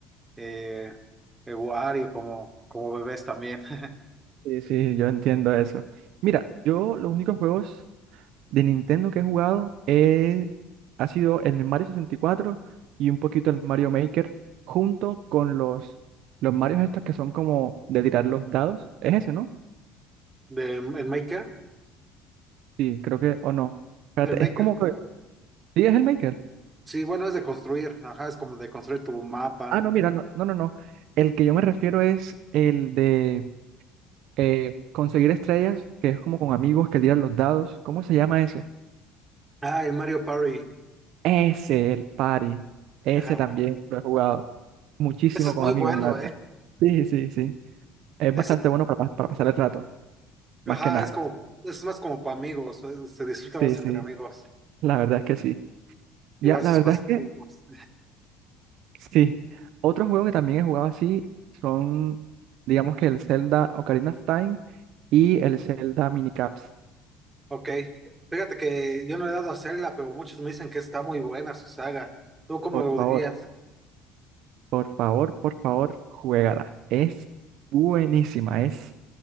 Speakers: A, on the right; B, on the right.
A: eh, el Wario como, como bebés también. <laughs>
B: Sí, sí, yo entiendo eso. Mira, yo los únicos juegos de Nintendo que he jugado eh, ha sido el Mario 64 y cuatro y un poquito el Mario Maker, junto con los, los Marios estos que son como de tirar los dados. ¿Es ese, no?
A: De, el Maker.
B: Sí, creo que, o no. Espérate,
A: El Maker.
B: es como que... Sí, es el Maker.
A: Sí, bueno, es de construir. Ajá, es como de construir tu mapa.
B: Ah, no, mira, no, no, no, no. El que yo me refiero es el de eh, conseguir estrellas, que es como con amigos que tiran los dados. ¿Cómo se llama ese?
A: Ah, el Mario Party.
B: Ese, el party. Ese
A: Ajá.
B: también lo he jugado muchísimo
A: Ese es
B: con
A: muy
B: amigos
A: bueno,
B: en lata.
A: ¿eh?
B: Sí, sí, sí. Es
A: Ese,
B: bastante bueno para, pa- para pasar el rato,
A: ajá,
B: más que nada.
A: es como, es más como para amigos. es- se disfruta más
B: Sí,
A: entre
B: sí.
A: amigos.
B: La verdad es que sí. Ya,
A: Llevar
B: la
A: sus
B: verdad
A: Ya, pasatiempos.
B: es que sí. Otro juego que también he jugado así son, digamos que el Zelda Ocarina of Time y el Zelda Minicaps.
A: Ok. Fíjate que yo no he dado a hacerla, pero muchos me dicen que está muy buena su saga. ¿Tú cómo
B: Por
A: lo
B: favor,
A: dirías?
B: por favor, por favor, juégala. Es buenísima. Es